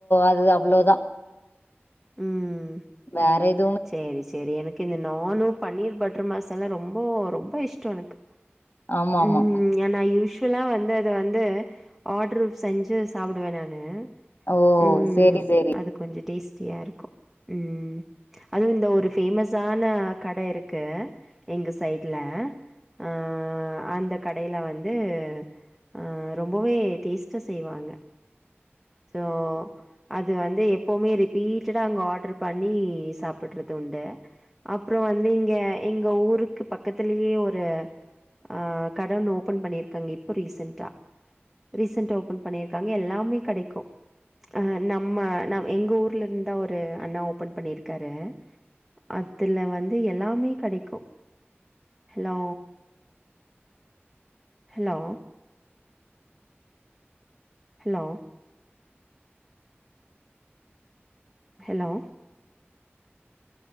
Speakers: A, on the left; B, in the centre.
A: அது அவ்ளோதா
B: ம்
A: வேற எது
B: சேரி சேரி எனக்கு இந்த நானு பன்னீர் பட்டர் மசாலா ரொம்போ ரொம்ப இஷ்டோ எனக்கு
A: ஆமா ஆமா
B: ம் ஏ நா யூஸ்வலா வந்து அத வந்து ஆர்டரு செஞ்சு சாப்டுவே நானு
A: ஓ
B: ம்
A: சேரி சேரி
B: அது கொஞ்சோ டேஸ்ட்டியா இருக்கு ம் அதும் இந்த ஒரு ஃபேமஸான கட இருக்கு எங்க சைட்ல ஆ அந்த கடேல வந்து அ ரொம்பவே டேஸ்ட்டா செய்வாங்க ஸோ அது வந்து எப்போவுமே ரிப்பீட்டடா அங்க ஆர்டரு பண்ணி சாப்டுறது உண்டு அப்பறோ வந்து இங்க எங்க ஊருக்கு பக்கத்திலேயே ஒரு அ கட ஒன்னு ஓபன் பண்ணிருக்காங்க இப்போ ரீசென்ட்டா ரீசண்டா ஓபன் பண்ணிருக்காங்க எல்லாமே கெடைக்கு அஹ நம்ம ந எங்க ஊர்ல இருந்தா ஒரு அண்ணா ஓபன் பண்ணிரு க்கரு அதுல வந்து எல்லாமே கெடைக்கு hello hello hello hello